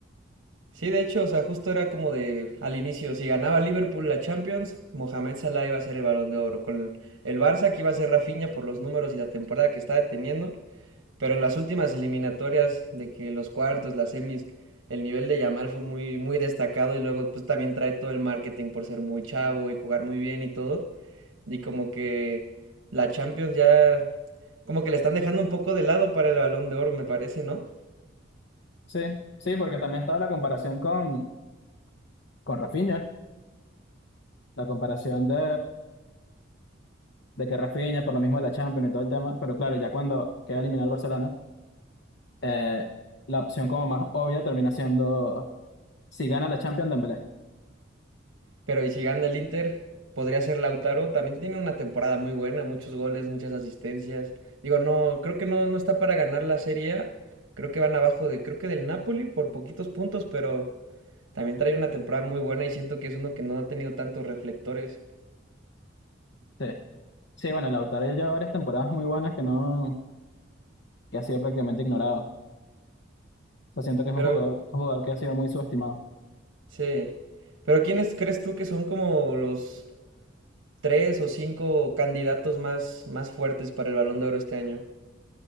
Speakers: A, on the right; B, on the left.
A: Sí, de hecho, o sea, justo era como de al inicio, si ganaba Liverpool la Champions, Mohamed Salah iba a ser el Balón de Oro. Con el Barça que iba a ser Rafinha por los números y la temporada que estaba teniendo. Pero en las últimas eliminatorias, de que los cuartos, las semis, el nivel de Yamal fue muy, muy destacado y luego pues también trae todo el marketing por ser muy chavo y jugar muy bien y todo. Y como que la Champions ya, como que le están dejando un poco de lado para el Balón de Oro, me parece, ¿no?
B: Sí, sí, porque también estaba la comparación con, con Rafinha, la comparación de, de que Rafinha, por lo mismo de la Champions y todo el tema, pero claro, ya cuando queda eliminado el Barcelona eh, la opción como más obvia termina siendo si gana la Champions Dembélé.
A: Pero y si gana el Inter, podría ser Lautaro. También tiene una temporada muy buena, muchos goles, muchas asistencias. Digo, no, creo que no, no está para ganar la Serie A. Creo que van abajo de, creo que del Napoli por poquitos puntos, pero... También trae una temporada muy buena y siento que es uno que no ha tenido tantos reflectores.
B: Sí. Sí, bueno, Lautaro ya lleva varias temporadas muy buenas que no, que ha sido prácticamente ignorado. O sea, siento que es
A: Pero
B: un jugador, un jugador que ha sido muy subestimado.
A: sí. Pero ¿quiénes crees tú que son como los tres o cinco candidatos más, más fuertes para el Balón de Oro este año?